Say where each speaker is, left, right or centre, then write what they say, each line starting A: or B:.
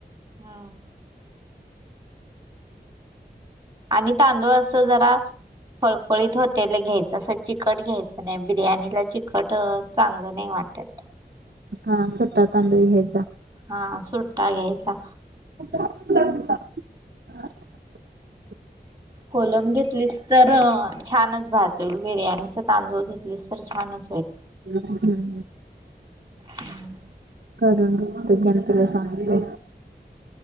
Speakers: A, on the right; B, on the right.
A: हम्म. आणि तांदूळ अस जरा फळफळीत होटेल घ्यायचं असं चिकट घ्यायचं नाही बिर्याणीला चिकट चांगलं नाही वाटत
B: हा सु्टा तंदु हेज
A: हा सुट्टा घ्यायचा
B: <inaudible>
A: कोलम घेतलीस तर छानच भहते बिर्याणीचे तांदूळ घेतलेस तर छानच होईल
B: ह हम्
A: हम्म
B: करून तकने तुला सांगतो